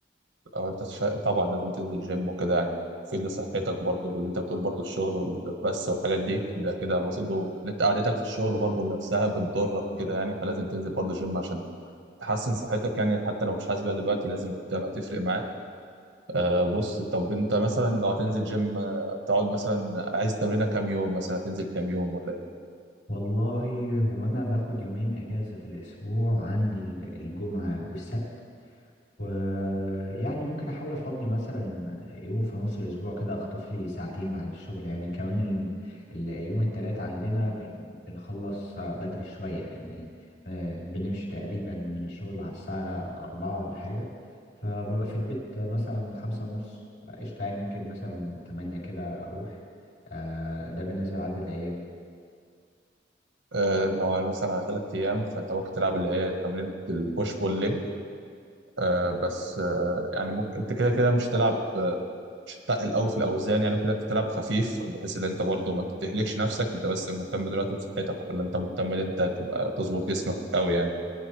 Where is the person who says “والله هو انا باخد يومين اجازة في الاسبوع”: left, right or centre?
Left